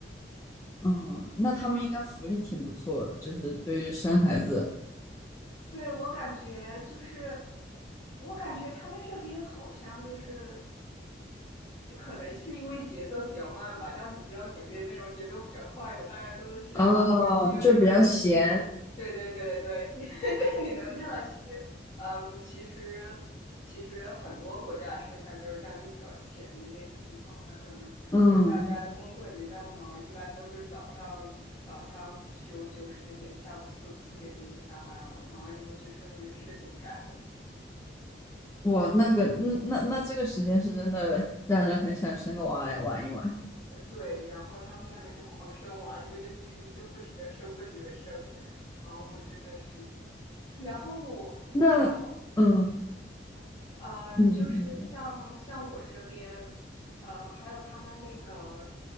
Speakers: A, on the left; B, on the left.
A: 嗯，那他们应该福利挺不错的，就是对于生孩子
B: 对我感觉就是，我感觉他们这边好像就是可能是因为节奏比较慢吧，像你知道纽约那种节奏比较快的，大家都是把那个精力都集
A: 哦，就比较闲。
B: 对对对对对，<laughs> 对，你能看到，其实，嗯，其实其实很多国家生态都是这样，就比较闲的那种地方，它可能就是大家的工作也没那么忙，
A: 嗯，
B: 一般都是早上早上九九十点，下午四五四点钟就下班了，完了以后就特别没事情干。<laughs>
A: 我那个嗯，那那这个时间是真的让人很想生个娃来玩一玩。
B: 呃对，然后他们那边就狂生娃，这边的居民就不停的生，不停的生，啊、我真的是，然后然后
A: 那嗯
B: 嗯，
A: 嗯嗯，
B: 呃就是像像我这边，
A: 你说
B: 呃，还有他们那个，